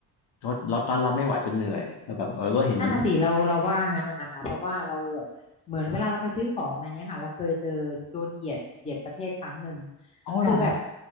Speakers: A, on the left; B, on the left.
A: เขาล็อตต้อนรับไม่ไหวจนเหนื่อยแล้วแบบเออเห็นมัน
B: นั่นน่ะสิเราเราว่างั้นน่ะนะคะเพราะว่าเราแบบเหมือนเวลาเราไปซื้อของอะไรเงี้ยค่ะเราเคยเจอโดนเหยียดเหยียดประเทศครั้งหนึ่ง
A: อ๋อเหรอ
B: คือแบบ